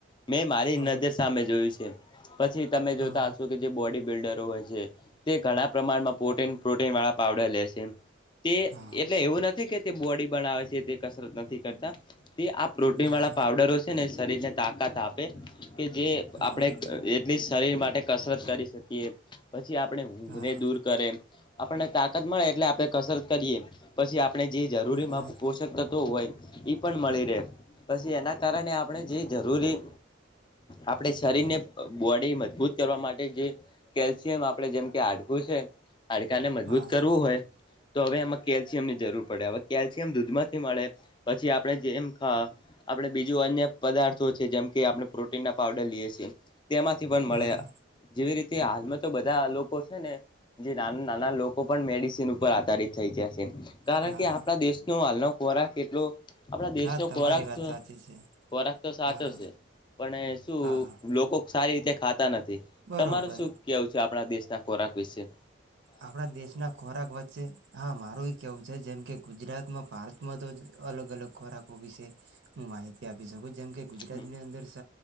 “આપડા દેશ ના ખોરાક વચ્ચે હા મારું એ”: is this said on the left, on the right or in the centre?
Right